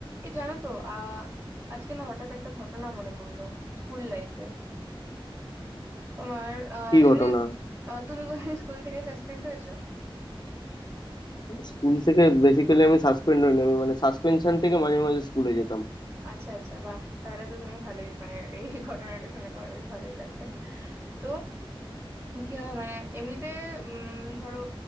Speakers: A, on the right; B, on the left.
A: এ জানো তো আহ আজকে না হঠাৎ একটা ঘটনা মনে পড়লো স্কুল লাইফে তোমার আহ
B: কি
A: এমনি
B: ঘটনা
A: আহ, তুমি স্কুল থেকে সাসপেন্ড হয়েছো
B: স্কুল থেকে বেসিক্যালি আমি সাসপেন্ড হইনি আমি মানে সাসপেনশন থেকে মাঝে মাঝে স্কুলে যেতাম
A: আচ্ছা আচ্ছা বাহ তাহলে তো তুমি ভালোই মানে এই <laughs> ঘটনাটা শুনে তোমার বেশ ভালোই লাগবে তো কি হয় মানে এমনিতে উম ধরো